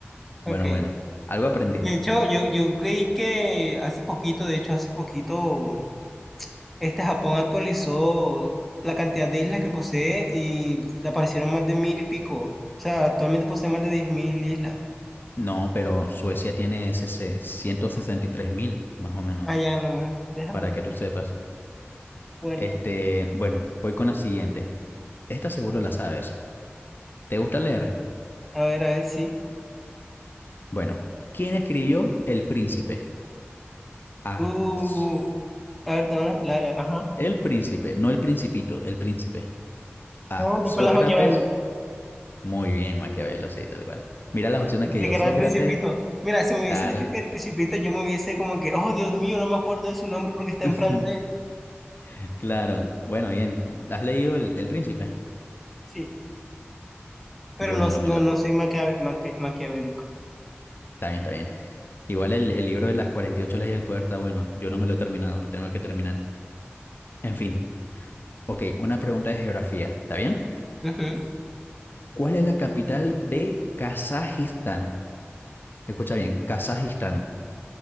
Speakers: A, in the centre; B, on the left (about 50°).
A: Ok.
B: Bueno, bueno. Algo aprendiste.
A: De hecho, yo, yo creí que hace poquito, de hecho, hace poquito Este Japón actualizó la cantidad de islas que posee y le aparecieron más de mil y pico. O sea, actualmente posee más de diez mil islas.
B: No, pero Suecia tiene ciento sesenta y tres mil, más o menos,
A: Allá nomás, déjalo
B: para
A: ahí.
B: que tú sepas.
A: Bueno,
B: Este, bueno, voy con la siguiente. Esta seguro la sabes. ¿Te gusta leer?
A: a ver, a ver, sí.
B: Bueno, ¿quién escribió El Príncipe? A.
A: Uh,
B: S-
A: a ver, no, no, la, la- ajá.
B: El Príncipe, no el Principito, el Príncipe. A.
A: No,
B: Sócrates.
A: Nicolás Maquiavelo.
B: Muy bien, Maquiavelo, sí, tal cual. Mira las opciones
A: Yo
B: que
A: Creí
B: dio
A: que
B: Sócrates.
A: era el Principito. Mira, si me hubiese
B: Claro.
A: dicho que era el Principito, yo me hubiese como que, oh, Dios mío, no me acuerdo de su nombre porque está
B: <laughs>
A: en francés.
B: Claro. Bueno, bien. ¿Has leído El, El Príncipe?
A: Sí, pero
B: Yo
A: no,
B: no lo me
A: no,
B: lo.
A: no soy maquia- maquia- maquiavélico.
B: Está bien, está bien. Igual el, el libro de las 48 leyes del poder está bueno. Yo no me lo he terminado, lo tengo que terminar. En fin. Ok, una pregunta de geografía. ¿Está bien?
A: Ujú.
B: ¿Cuál es la capital de Kazajistán? Escucha bien, Kazajistán.